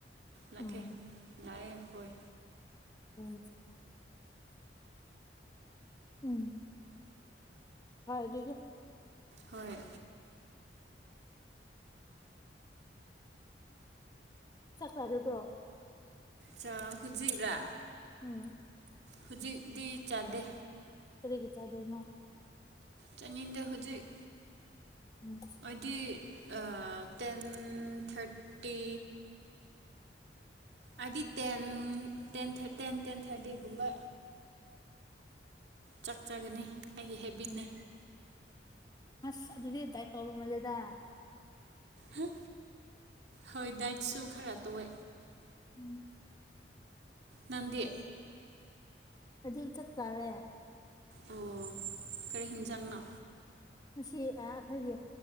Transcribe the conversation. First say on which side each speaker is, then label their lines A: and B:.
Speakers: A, on the right (about 75°); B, on the left (about 25°).
A: ꯂꯥꯛꯑꯦ
B: ꯎꯝ
A: ꯂꯥꯑꯦ ꯍꯣꯏ
B: ꯎꯝ ꯎꯝ ꯐꯗꯨꯗꯤ
A: ꯍꯣꯏ
B: ꯆꯥꯛ ꯆꯥꯔꯥꯕ꯭ꯔꯣ
A: ꯆ ꯍꯨꯖꯤꯛꯔꯥ
B: ꯎꯝ
A: ꯍꯧꯖꯤꯛꯇꯤ ꯆꯥꯗꯦ
B: ꯀꯔꯤꯒꯤ ꯆꯥꯗꯣꯏꯅꯣ
A: ꯆꯅꯤꯡꯗꯦ ꯍꯨꯖꯤꯛ
B: ꯎꯝ
A: ꯈꯣꯏꯗꯤ ꯑꯥ ꯇꯦꯟ ꯊꯥꯔꯇꯤ ꯍꯥꯏꯗꯤ ꯇꯦꯟ ꯇꯦꯟ ꯇꯦꯟ ꯊꯥꯔꯇꯒꯨꯝꯕ ꯆꯥꯛꯆꯒꯅꯤ ꯑꯩꯒꯤ ꯍꯦꯕꯤꯠꯅꯦ
B: ꯎꯝ ꯑꯁ ꯑꯗꯨꯗꯤ ꯗꯥꯏꯠ ꯇꯧꯕ ꯃꯥꯜꯂꯦꯗ
A: ꯍꯥ ꯍꯣꯏ ꯗꯥꯏꯠꯁꯨ ꯈꯔ ꯇꯧꯋꯦ
B: ꯎꯝ
A: ꯅꯪꯗꯤ
B: ꯑꯩꯗꯤ ꯆꯛ ꯇꯥꯔꯦ
A: ꯑꯣ ꯀꯔꯤ ꯍꯦꯟꯖꯥꯡꯅꯣ
B: ꯉꯥꯁꯤ ꯑꯥ ꯑꯩꯈꯣꯏꯒꯤ